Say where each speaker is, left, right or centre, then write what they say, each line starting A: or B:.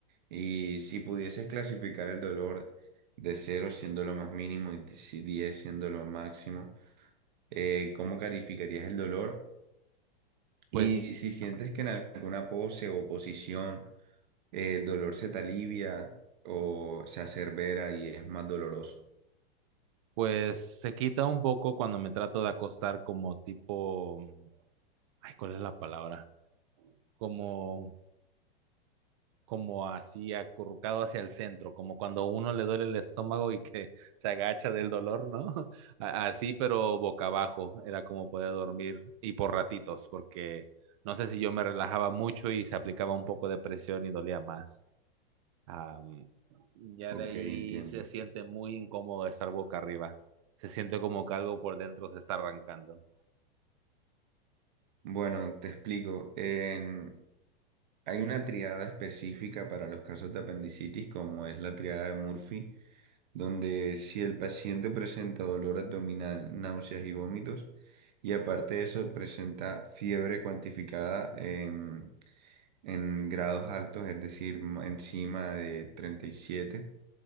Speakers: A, on the right; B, on the right.
A: y si pudieses clasificar el dolor de cero siendo lo más mínimo y si 10 siendo lo máximo, eh, ¿cómo calificarías el dolor?
B: pues,
A: Y si sientes
B: Ok.
A: que en alguna pose o posición eh, el dolor se te alivia o se acerbera y es más doloroso.
B: pues se quita un poco cuando me trato de acostar como tipo, ay, ¿cuál es la palabra? Como, como así acurrucado hacia el centro, como cuando a uno le duele el estómago y que <laughs> se agacha del dolor, ¿no? <laughs> A- Así, pero boca abajo, era como podía dormir y por ratitos, porque no sé si yo me relajaba mucho y se aplicaba un poco de presión y dolía más. Am, ya
A: Ok,
B: de ahí
A: entiendo.
B: se siente muy incómodo estar boca arriba. Se siente como que algo por dentro se está arrancando.
A: Bueno, te explico. Em, hay una triada específica para los casos de apendicitis, como es la triada de Murphy, donde si el paciente presenta dolor abdominal, náuseas y vómitos, y aparte de eso presenta fiebre cuantificada en, en grados altos, es decir, m- encima de 37